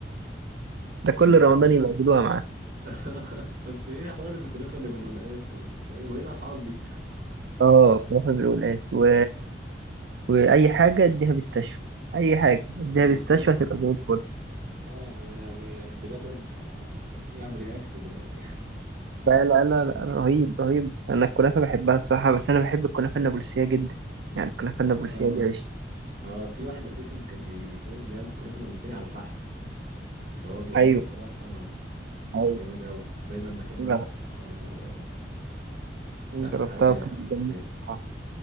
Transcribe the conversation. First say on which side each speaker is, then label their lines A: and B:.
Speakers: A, on the right; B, on the right.
A: ده كل
B: <laughs>
A: رمضان يبقى معاه
B: <laughs> بس ايه حوار الكنافة اللي بالقلقاس و... وايه وإيه الاسعار دي
A: اه كنافة بالقلقاس و... وأي حاجة اديها بيستشفى أي حاجة اديها
B: <laughs> بالظبط
A: بيستشفى هتبقى زي الفل
B: اه يعني بلبن آه، بيعمل رياكت دلوقتي
A: لا لا لا لا، رهيب رهيب أنا الكنافة بحبها الصراحة بس أنا بحب الكنافة النابلسية جدا يعني الكنافة النابلسية
B: اه
A: دي عيش
B: اه في واحد اساسا كان بي... بيعمل بيعمل كنافة نابلسية على الفحم فهو بيعملها
A: أيوه
B: بصراحة
A: أيوه
B: جامد قوي دايما بحب اروح
A: جر-
B: اقول له
A: جربتها
B: لا هات لي
A: وكانت جميلة
B: هات
A: بصراحة.